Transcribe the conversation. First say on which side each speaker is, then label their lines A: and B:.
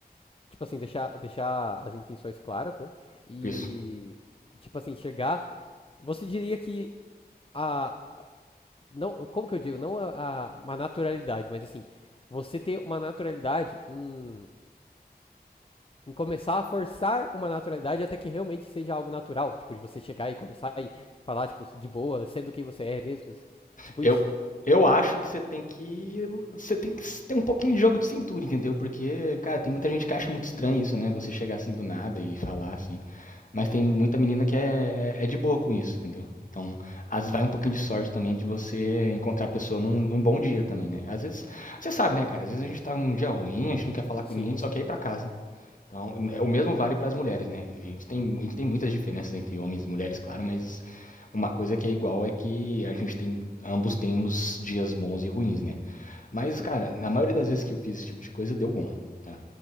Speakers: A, on the left (about 35°); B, on the left (about 50°).
A: Tipo assim, deixar, deixar as intenções claras, né? E,
B: Isso.
A: tipo assim, chegar. Você diria que a. Não, como que eu digo? Não a, a- uma naturalidade, mas assim, você ter uma naturalidade em, em começar a forçar uma naturalidade até que realmente seja algo natural. Tipo, de você chegar e conversar e falar, tipo, de boa, sendo quem você é mesmo. Tipo
B: Eu,
A: isso.
B: eu acho que você tem que. Você tem que ter um pouquinho de jogo de cintura, entendeu? Porque, cara, tem muita gente que acha muito estranho isso, né? Você chegar assim do nada e falar assim. Mas tem muita menina que é, é é de boa com isso, entendeu? Então, às vezes vai um pouquinho de sorte também de você encontrar a pessoa num, num bom dia também, né? Às vezes, você sabe, né, cara? Às vezes a gente tá num dia ruim, a gente não quer falar
A: Sim,
B: com ninguém, só
A: sim,
B: quer ir pra casa. Então, o mesmo vale para as mulheres, né? A gente, tem, a gente tem muitas diferenças entre homens e mulheres, claro, mas uma coisa que é igual é que a gente tem, ambos temos dias bons e ruins, né? Mas,
A: sim.
B: cara, na maioria das vezes que eu fiz esse tipo de coisa, deu bom, tá?